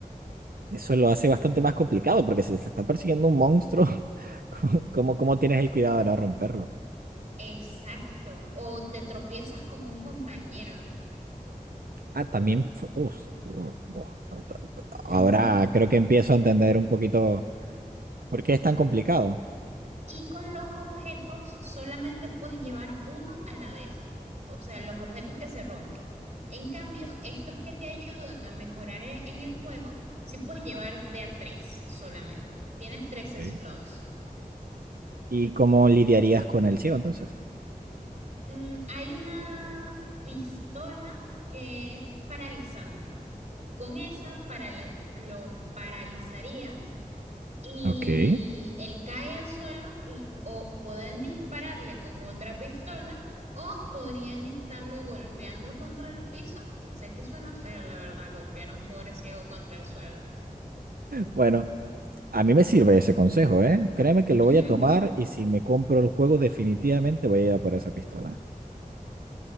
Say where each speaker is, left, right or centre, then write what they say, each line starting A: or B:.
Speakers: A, on the right (about 85°); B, on the right (about 50°).
A: Eso lo hace bastante más complicado, porque si se está persiguiendo un monstruo, <laughs> ¿cómo, cómo, cómo tienes el cuidado de no romperlo?
B: Exacto. O te tropiezas con un compañero.
A: Ah, también. fu- uf, uh, uh, ahora
B: Ujú,
A: creo que empiezo a entender un poquito por qué es tan complicado
B: Y con los objetos solamente puedes llevar uno a la vez, o sea, los objetos que se rompen. En cambio, estos que te ayudan a mejorar e- en el juego, sí puedes llevar de a tres solamente. Tienes tres
A: Ok.
B: slots.
A: y cómo lidiarías con el ciego entonces.
B: Mm, hay una pistola que es paralizante. Con esa para lo paralizarías y
A: Ok.
B: él cae al suelo y o pueden dispararle con otra pistola o podrían estarlo golpeando contra el piso. Sé que suena feo, la verdad, golpear a un pobre ciego contra el suelo.
A: Bueno, a mí me sirve ese consejo, ¿eh? Créeme que lo
B: <laughs>
A: voy a tomar y si me compro el juego definitivamente voy a ir a por esa pistola.